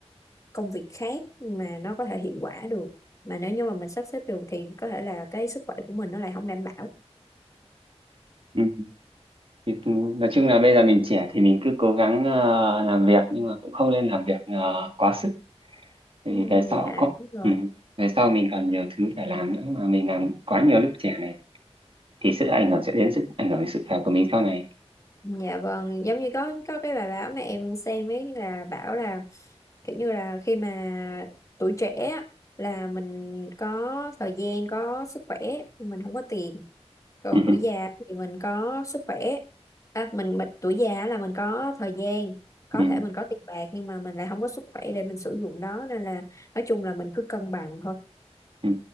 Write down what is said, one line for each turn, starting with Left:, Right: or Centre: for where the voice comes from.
Left: công việc khác mà nó có thể hiệu quả được mà nếu như mà mình sắp xếp được thì có thể là cái sức khỏe của mình nó lại không đảm bảo
Right: Ừ. Thì, ừ, nói chung là bây giờ mình trẻ thì mình cứ cố gắng ờ, làm việc nhưng mà cũng không nên làm việc ờ, quá sức thì
Left: Ừ,
Right: về sau
Left: dạ
Right: có
Left: đúng rồi
Right: ừ, về sau mình còn nhiều thứ phải làm nữa mà mình làm quá nhiều lúc trẻ này thì sự ảnh hưởng sẽ đến sức ảnh hưởng đến sức khỏe của mình sau này
Left: dạ vâng giống như có có cái bài báo mà em xem ấy là bảo là kiểu như là khi mà tuổi trẻ á, là mình có thời gian có sức khỏe mình không có tiền còn
Right: <laughs> ừ,
Left: tuổi già thì mình có sức khỏe à, mình, mình tuổi già là mình có thời gian có
Right: ừ,
Left: thể mình có tiền bạc nhưng mà mình lại không có sức khỏe để mình sử dụng nó nên là nói chung là mình cứ cân bằng thôi
Right: ừ.